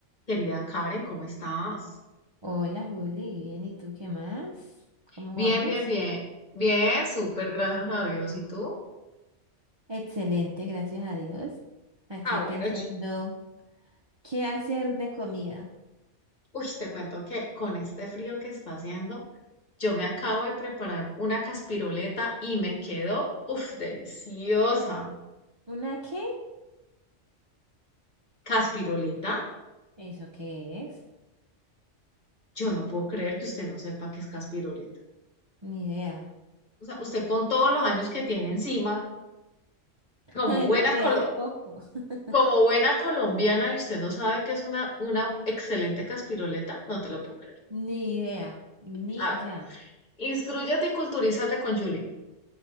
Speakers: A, on the left; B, on the right.
A: Querida Karen, ¿cómo estás?
B: Hola Juli, bien, ¿y tú qué más? ¿Cómo
A: Bien,
B: vamos?
A: bien, bien. Bien, súper, gracias a Dios. ¿Y tú?
B: Excelente, gracias a Dios. Aquí
A: Ah, bueno,
B: pensando,
A: yo-
B: ¿qué hacer de comida?
A: uy, te cuento que con este frío que está haciendo, yo me acabo de preparar una caspiroleta y me quedó, uff, deliciosa.
B: ¿Una qué?
A: ¿Caspiroleta?
B: ¿Eso qué es?
A: Yo no puedo creer que usted no sepa qué es caspiroleta.
B: Ni idea.
A: O sea, usted con todos los años que tiene encima,
B: <laughs>
A: como
B: Ay,
A: buena
B: no, pues
A: colo-
B: ese poco. <laughs>
A: como buena colombiana, y usted no sabe que es una, una excelente caspiroleta, no te lo puedo
B: Ni idea. Ni,
A: creer.
B: o sea,
A: Instrúyete y culturízate con Julie.